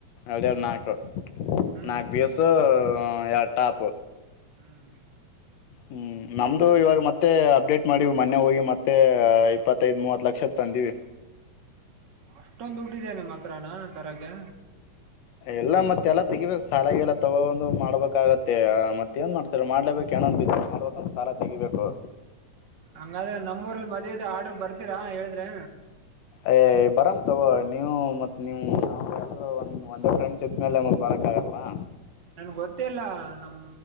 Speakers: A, on the left (about 70°); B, on the right (about 45°).
A: ಎ್ದ
B: ಹ್ಮ್
A: ನಾಕು
B: ಹ್ಮ್
A: ನಾಕ್ ಬೇಸು ಯಾರ ಟಾಪ್
B: ಹ್ಮ್
A: ಹ್ಮ್ ನಮ್ದು ಇವಾಗ ಮತ್ತೆ ಅಪ್ಡೇಟ್ ಮಾಡೀ ಮೊನೆ ಹೋಗಿ ಮತ್ತೆ ಇಪ್ಪತ್ತೈದ್ ಮೂವತ್ ಲಕ್ಷದ ತಂದಿವವಿ
B: ಅಷ್ಟೊಂದು ದುಡ್ಡುದ್ದನೆೆ ಮತ್ತೆ ಹತ್ರಾನ ತರಕ್ಕೆ
A: ಎಲ್ಲಾ ಮತ್ತೆಲ್ಲ ತೆಗಿಬೇಕು ಸಾಲಾಗಲ್ಲಾ ತಗೊಂದು ಮಾಡ್ಬೇಕಾಗತ್ತೆ ಮತ್ತತ್ ಏನ್ ಮಾಡ್ತಾರೆ ಮಾಡ್ಲೇಬೇಕು ಏನೊಂದು ಬಿದ ಮಾಡ್ಬೇಕಂದ್ರ ಸಾಲ ತೆಗಿಬೇಕು
B: ಹಂಗಾದ್ರೆ ನಮ್ಮೂಊರಲ್ಲಿ ಮದ್ದ ಆರ್ಡ್ರಗ್ ಬರ್ತೀರಾ ಹೇಳಿದ್ರೆ
A: ಏ ಬರಾಮ ತಗೋ ನೀವು ಮತ್ತತ್ ನಿಮ್ ಎಲ್ರೂ ಒ ಒಂದೇ ಫ್ರೆಂಡ್ಸ್ ಇದಿದ್ಮೇಲೆ ಮತ್ ಬರಕ್ ಆಗಲ್ವಾ
B: ನನ್ಗ್ ಗೊತ್ತೇ ಇಲ್ಲ ನಮ್